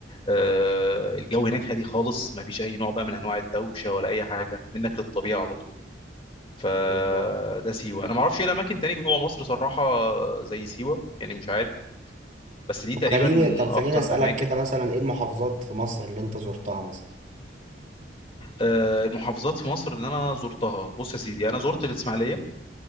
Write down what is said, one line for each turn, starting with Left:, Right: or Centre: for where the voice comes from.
Left: آه، الجو هناك هادي خالص ما فيش اي نوع بقى من انواع الدوشه ولا اي حاجه منك للطبيعه على طول فده
Right: بالظبط
Left: سيوه انا ما اعرفش ايه الاماكن تاني جوه مصر صراحه زي سيوه يعني مش عارف بس دي
Right: طب
Left: تقريبا
Right: خليني
Left: من
Right: طب خليني
Left: اكتر
Right: اسألك
Left: الاماكن
Right: كده مثلا ايه المحافظات في مصر اللي انت زرتها مثلا
Left: آه، المحافظات في مصر اللي انا زرتها بص يا سيدي انا زرت الاسماعيليه